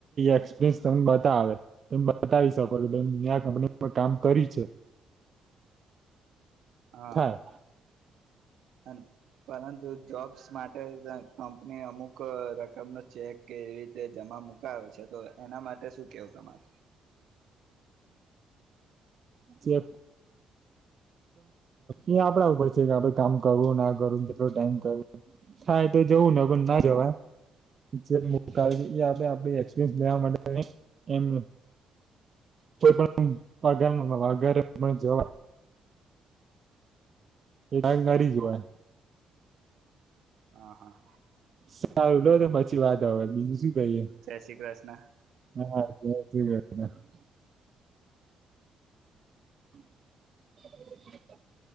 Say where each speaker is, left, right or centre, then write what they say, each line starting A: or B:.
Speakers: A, on the right; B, on the right.
A: એક્સપિરિયન્સ ત બતાવે તમે બતાવી શકો કે મેં આ કંપનીમાં કામ કર્યું છે
B: હા
A: થાય
B: અને. પરંતુ જોબ્સ માટે કંપની અમુક રકમનો ચેક એવી રીતે જમા મુકાવે છે તો એના માટે શું કેવું તમાર.
A: કે. એ આપડા ઉપર છે કે આપડે કામ કરવું ના કરવુંને કેટલો ટાઈમ. થાય તો જવું ને પણ ના જવા. જેમ કારીએ આપે આપે <unintelligible> લેવા માટે <unintelligible> એમ કોઈપણ <unintelligible> વગર જવા એ ટાઈમ કાથી જોવાય?
B: હા હા.
A: સારું લો તો પછી વાત હવે. બીજું શું ગઈએ
B: જય શ્રી કૃષ્ણ.
A: હા <unintelligible> <inaudible>